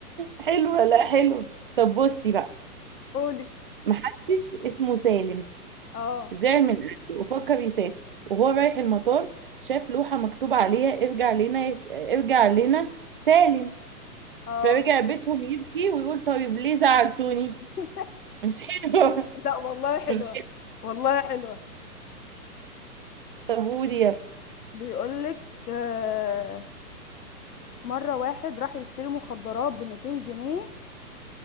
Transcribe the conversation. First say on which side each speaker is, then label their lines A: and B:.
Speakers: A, on the right (about 35°); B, on the left (about 70°).
A: حلوة لا حلو طب بصي بقى
B: قولي
A: محشش اسمه سالم
B: اه
A: زعل من أهله وفكر يسافر وهو رايح المطار شاف لوحة مكتوب عليها ارجع لنا يس... ارجع لنا سالم
B: اه
A: فرجع بيتهم يبكي ويقول طيب ليه زعلتوني
B: <laughs>
A: مش حلوة
B: لا والله
A: <laughs>
B: حلوه
A: مش حلوة
B: والله حلوه
A: طب قولي يلا
B: بيقولك آه، مرة واحد راح يشتري مخدرات ب 200 جنيه